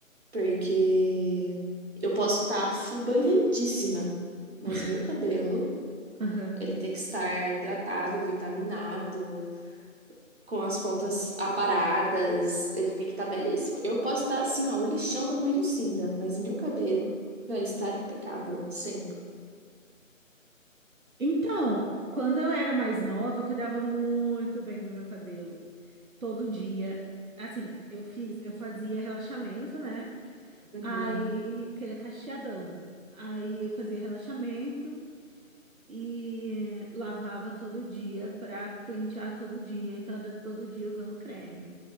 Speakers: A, on the right; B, on the right.
A: Porque eu posso estar fubangadíssima, mas
B: <laughs>
A: meu cabelo,
B: Aham.
A: ele tem que estar hidratado, vitaminado, com as pontas aparadas. Ele tem que estar belíssimo. Eu posso estar assim, ó, o lixão da mãe Lucinda, mas meu cabelo vai estar impecável, sempre.
B: Então, quando eu era mais nova, eu cuidava muito bem do meu cabelo. Todo dia. Assim, eu fiz, eu fazia relaxamento, né?
A: Uhum.
B: Aí, porque ele é cacheadão. Aí eu fazia relaxamento e lavava todo dia pra pentear todo dia. Então era todo dia usando creme.